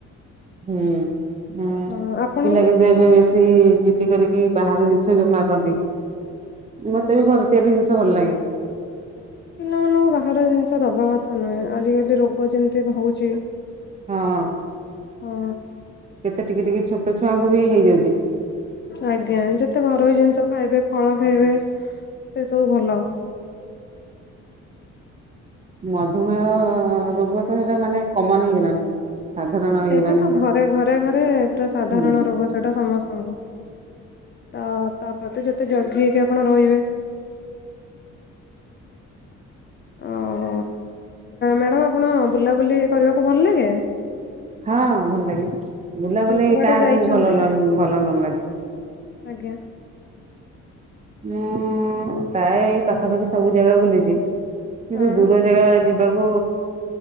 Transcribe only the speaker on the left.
ହଁ ଆପଣଙ୍କୁ
ଆଚ୍ଛା।
ପିଲାମାନଙ୍କୁ ବାହାର ଜିନିଷ ଦେବା କଥା ନୁହେଁ ଆଜିକାଲି ରୋଗ ଯେମିତି ହଉଛି।
ହଁ
ଆଜ୍ଞା ଯେତେ ଘରୋଇ ଜିନିଷ ଖାଇବେ ଫଳ ଖାଇବେ ସେ ସବୁ ଭଲ।
ସେଇଟା
ତ ଘରେ ଘରେ ଘରେ ପୁରା ସାଧାରଣ
ରୋଗ। ଯୋଉଟା ସମସ୍ତଙ୍କୁ ତ ତା ପି ପ୍ରତେ ଯେତେ ଜଗି ହେଇକି ଆପଣ ରହିବେ। ଓହ ମ୍ୟାଡ଼ାମ ଆପଣ ବୁଲାବୁଲି କରିବାକୁ ଭଲ ଲାଗେ?
କୁଆଡେ
ଯାଇଛନ୍ତି
ଆଜ୍ଞା।
ହଁ।